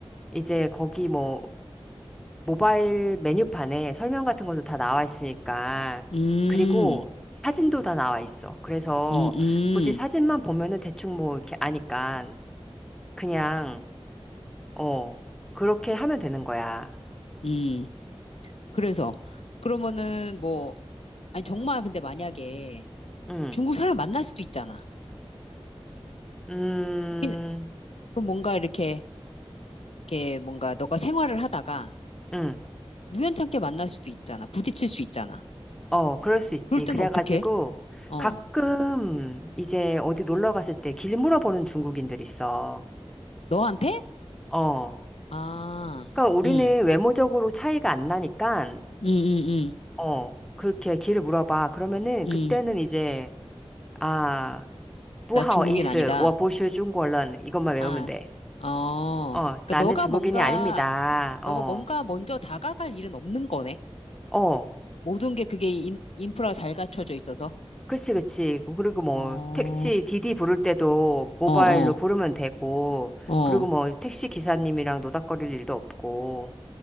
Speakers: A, in the centre; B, on the left.
A: 이제 거기 뭐, 모바일 메뉴판에 설명 같은 것도 다 나와 있으니까,
B: 음,
A: 그리고 사진도 다 나와 있어. 그래서
B: 음, 음,
A: 굳이 사진만 보면은 대충 뭐 이렇게 아니까, 그냥, 어, 그렇게 하면 되는 거야.
B: 음. 그래서, 그러면은 뭐, 아니, 정말 근데 만약에
A: 응,
B: 중국 사람 만날 수도 있잖아.
A: 음,
B: 그, 그 뭔가 이렇게, 이렇게 뭔가 너가 생활을 하다가
A: 응.
B: 우연찮게 만날 수도 있잖아. 부딪힐 수 있잖아.
A: 어, 그럴 수 있지.
B: 그럴 때는
A: 그래가지고
B: 어떻게? 어,
A: 가끔 이제 어디 놀러 갔을 때 길 물어보는 중국인들 있어.
B: 너한테?
A: 어.
B: 아,
A: 그러니까 우리는
B: 음,
A: 외모적으로 차이가 안 나니까
B: 음, 음,
A: 어, 그렇게 길을 물어봐. 그러면은
B: 음,
A: 그때는
B: 음.
A: 이제 아, 不好意思,我不是中国人.
B: 나 중국인 아니다.
A: 이것만 외우면
B: 아,
A: 돼.
B: 어.
A: 어,
B: 그러니까
A: 나는
B: 너가
A: 중국인이
B: 뭔가,
A: 아닙니다.
B: 너가
A: 어.
B: 뭔가 먼저 다가갈 일은 없는 거네.
A: 어.
B: 모든 게 그게 인, 인프라가 잘 갖춰져 있어서.
A: 그치, 그치. 그, 그리고 뭐,
B: 어,
A: 택시, 디디 부를 때도 모바일로
B: 어, 어,
A: 부르면 되고,
B: 어.
A: 그리고 뭐, 택시 기사님이랑 노닥거릴 일도 없고,